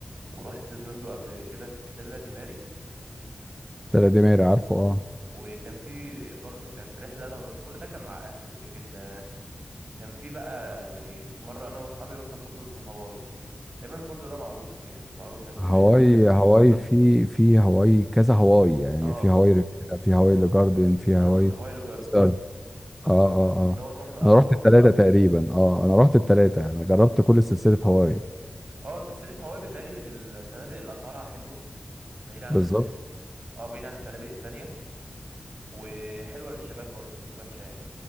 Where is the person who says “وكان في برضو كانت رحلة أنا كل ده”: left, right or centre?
Right